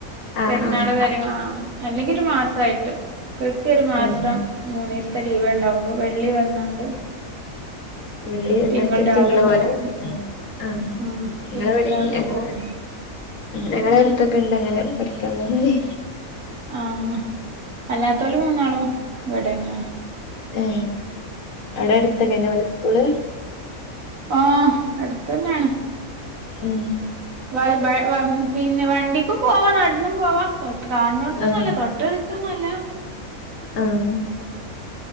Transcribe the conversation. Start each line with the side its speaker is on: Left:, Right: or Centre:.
Left: ആഹ്
Right: പെര്ന്നാള്
Left: ആഹ്
Right: കാര്യങ്ങള്
Left: അപ്
Right: അങ്ങനെക്കെ അല്ലെങ്കിലൊര് മാസയ്ട്ട് കൃത്യായോര് മാസം
Left: ഏഹ്
Right: മൂനീസ്തെ ലീവെണ്ടാവുള്ളു വെള്ളി വന്നാണ്ട്
Left: വെള്ളി എന്നിട്ട്
Right: തിങ്കൾ രാവിലെ
Left: തിങ്കള്
Right: പോവും.
Left: പോലെ ആഹ്
Right: ഉം
Left: ഇങ്ങളവ്ടീം
Right: തിങ്കൾ രാവിലെ
Left: ഞങ്ങളെ
Right: പോവും
Left: ഞങ്ങളട് ട്ത്തൊക്കെ ണ്ട്ങ്ങനെ പഠിക്കാം പോണതെ
Right: ആഹ് അല്ലാത്തോല് മൂന്നാളും ഇവടെന്നേണ്.
Left: ഏ അവടെ അട്ത്തൊക്കെന്നേ ഓലെ സ്കൂള്
Right: ആഹ് അട്ത്തന്നേണ്.
Left: മ്
Right: വയ് വയ് വ പിന്നെ വണ്ടിക്കും പോവാ നട്ന്നും പോവാ തൊട്ട് കാണ്നോട്തൊന്നുല്ല.
Left: ആഹ്
Right: തൊട്ടട്ത്തൊന്നല്ല.
Left: ആഹ്